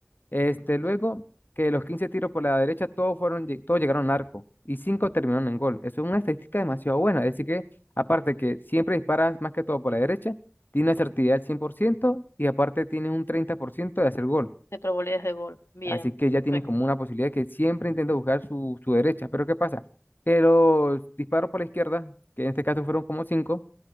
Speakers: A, on the left (about 50°); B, on the left (about 80°).
A: Este,
B: ujú.
A: luego que los 15 tiros por la derecha, todos fueron, lle- todos llegaron al arco y 5 terminaron en gol. Eso es una estadística demasiado buena. Es decir que, aparte que siempre disparas más que todo por la derecha, tiene una certidumbre al 100% y aparte tiene un 30% de hacer gol.
B: De probabilidades de gol. Bien,
A: Así que ya
B: perfecto.
A: tienen como una posibilidad de que siempre intenta buscar su, su derecha. Pero ¿qué pasa? Que los disparos por la izquierda, que en este caso fueron como cinco,